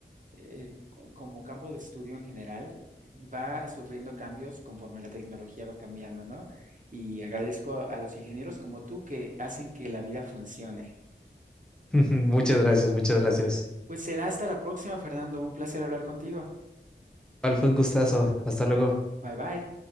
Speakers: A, on the right; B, in the centre.
A: eh, como campo de estudio en general, va sufriendo cambios conforme la tecnología va cambiando, ¿no? Y agradezco a a los ingenieros como tú que hacen que la vida funcione.
B: <laughs> Muchas gracias, muchas gracias.
A: Pues será hasta la próxima, Fernando. Un placer hablar contigo.
B: Igual fue un gustazo. Hasta luego.
A: Bye bye.